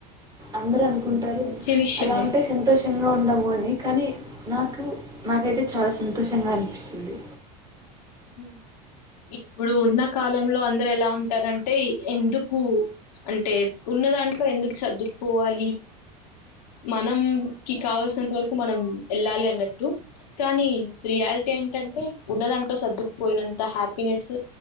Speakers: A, on the right; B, on the left.
A: అందరు
B: హ్మ్.
A: అనుకుంటారు
B: మంచి విషయమే.
A: అలా ఉంటే సంతోషంగా ఉండము అని కానీ నాకు నాకైతే చాలా సంతోషంగా అనిపిస్తుంది
B: ఉ ఇప్పుడు ఉన్న కాలంలో అందరు ఎలా ఉంటారంటే ఎందుకు అంటే ఉం ఉన్న దాంట్లో ఎందుకు సర్దుకుపోవాలి మనం కి కావల్సినంత వరకు మనం వెళ్ళాలి అన్నట్టు కానీ రియాలిటే ఏంటంటే ఉన్నదాంట్లో సర్దుకుపోయినంత హ్యాపీనెస్